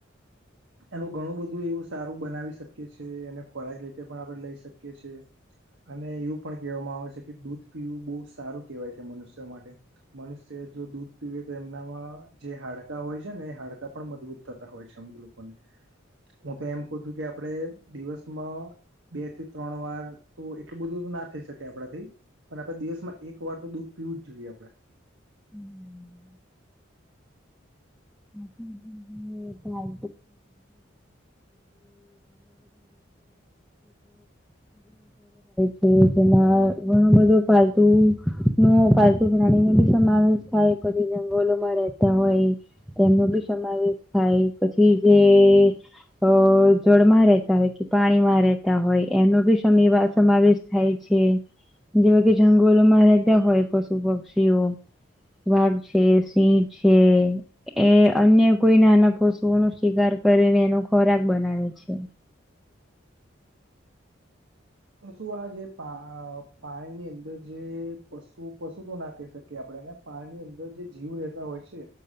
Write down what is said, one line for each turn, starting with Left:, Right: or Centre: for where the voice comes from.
Centre: <inaudible>
Right: એનું ઘણું બધું એવું સારું બનાવી શકીએ એને ખોરાક રીતે પણ આપડે લઈ શકીએ છે. અને એવું પણ કહેવામાં આવે છે કે દૂધ પીવું બહુ સારું કેહેવાય છે મનુષ્ય માટે. મનુષ્ય જો દૂધ પીવે તો એમનામાં જે હાડકા હોય છે ને એ હાડકા પણ મજબૂત થતા હોય છે અમુક લોકોને હું તો એમ કવ છું કે આપડે દિવસમાં બે થી ત્રણ વાર તો એટલું બધું ના થઈ શકે આપડાથી પણ આપડે દિવસમાં એકવાર તો દૂધ પીવું જ જોઈએ આપડે
Centre: <inaudible> <inaudible> <unintelligible> <inaudible> હોય છે જેમાં ઘણો બધો પાલતુ નો પાલતુ પ્રાણી નો બી સમાવેશ <unintelligible> કરીને જંગોલો માં રહેતા હોય. તેમનો બી સમાવેશ થાય પછી જે અ જળમાં રહેતા હોય કે પાણીમાં રહેતા હોય એનો બી સમાવેશ થાય છે જેવા કે જંગલોમાં રહેતા હોય પશુ પક્ષીઓ વાઘ છે સિંહ છે. એ અન્ય કોઈ નાના પશુઓનો શિકાર કરીને એનો ખોરાક બનાવે છે.
Right: તો શું આ જે પા પાણીની અંદર જે પશુ પશુ તો ના કહી શકે શકીએ આપડે પાણીની અંદર જે જીવ રહેતા હોય છે.